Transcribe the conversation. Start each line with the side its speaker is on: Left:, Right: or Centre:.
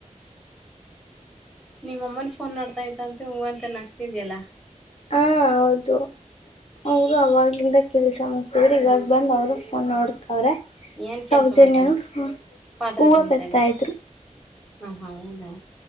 Centre: ನಿಮ್ಮಮ್ಮನ ಫೋನ್ ಮಾಡ್ತಾ ಇತಂತೆ ಹೂವಂತಾನ ಆಕ್ತಿದ್ಯಲ್ಲ
Left: ಹ ಹೌದು ಅವರು ಅವಾಗ್ಲಿಂದ ಕೆಲ್ಸ ಮಾಡ್ತಿದ್ರರು ಇವಾಗ ಬಂದ್ ಅವರು ಫೋನ್ ಮಾಡೋ ಅವ್ರ
Centre: ಏನ್ ಕೆಲ್ಸ
Left: ಸೌಜನ್ಯನು
Centre: ಮಾಡ್ತಾ ಇದ್ರಿ ಪಾತ್ರೆ
Left: ಹೂವು
Centre: ತೊಳಿತಾ
Left: ಕರ್ತಾ
Centre: ಇದ್ರಿ
Left: ಇದ್ರು
Centre: ಹ ಹ ಹೌದಾ